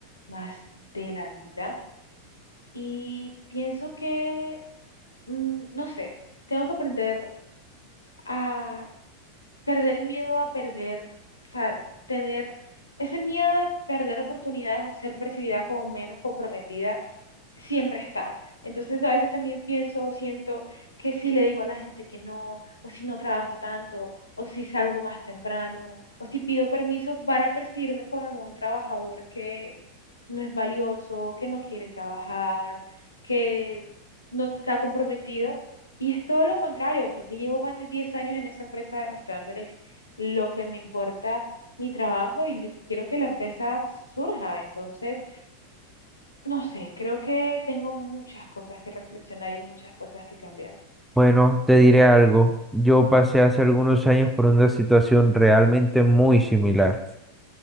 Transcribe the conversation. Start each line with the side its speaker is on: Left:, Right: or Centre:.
Left: más de la vida. Y pienso que, mm, no sé, tengo que aprender a perder el miedo a perder, o sea, tener ese miedo de perder oportunidades o ser percibida como menos comprometida siempre está. Entonces a veces también pienso o siento que si le digo a la gente que no, o si no trabajo tanto, o si salgo más temprano, o si pido permiso, van a percibirme como un trabajador que no es valioso, que no quiere trabajar, que no está comprometido. Y es todo lo contrario, creo que llevo más de 10 años en esa empresa demostrándoles lo que me importa mi trabajo y lo que quiero que la empresa surja. Entonces, no sé, creo que tengo muchas cosas que reflexionar y muchas cosas que cambiar.
Centre: Bueno, te diré algo. Yo pasé hace algunos años por una situación realmente muy similar.